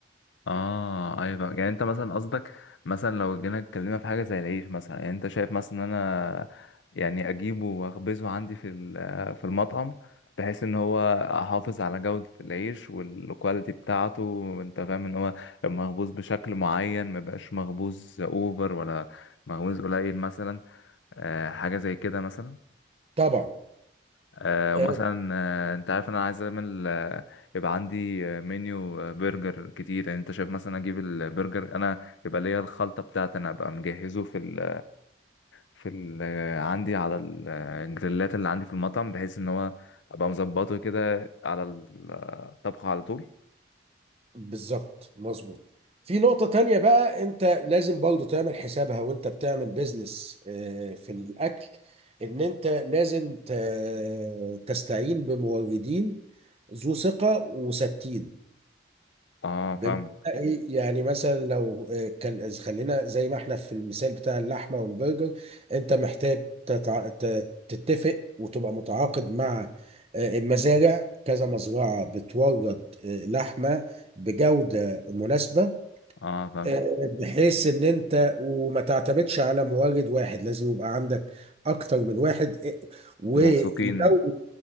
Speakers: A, on the left; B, on the right.
A: اه ايوه يعني انت مثلا قصدك مثلا لو جينا اتكلمنا في حاجه زي العيش مثلا يعني انت شايف مثلا ان انا يعني اجيبه واخبزه عندي في ال- في المطعم بحيث ان هو احافظ على جوده العيش والكواليتي بتاعته وانت فاهم ان هو مخبوز بشكل معين ما يبقاش مخبوز اوفر ولا مخبوز قليل مثلا آه حاجه زي كده مثلا
B: طبعا
A: آه، ومثلا
B: آه،
A: آه، انت عارف انا عايز اعمل آه، يبقى عندي آه، منيو آه، برجر كتير يعني انت شايف مثلا اجيب البرجر انا يبقى ليا الخلطه بتاعتي انا ابقى مجهزه في ال في ال آه، عندي على ال- آه، الجريلات اللي عندي في المطعم بحيث ان هو ابقى مظبطه كده على ال- الطبخه على طول
B: بالظبط مظبوط في نقطة تانية بقى انت لازم برضو تعمل حسابها وانت بتعمل بيزنس آه، في الأكل ان انت لازم ت- تستعين بموردين ذو ثقة وثابتين
A: اه
B: بمعنى
A: فاهمك
B: ايه يعني مثلا لو آه، كان إذ- خلينا زي ما احنا في المثال بتاع اللحمه والبرجر انت محتاج تتع... ت- تتفق وتبقى متعاقد مع آه، المزارع كذا مزرعه بتورد آه، لحمه بجوده مناسبه
A: اه فاهم
B: آه، بحيث ان انت وما تعتمدش على مورد واحد لازم يبقى عندك اكتر من واحد آه، ولو
A: موثوقين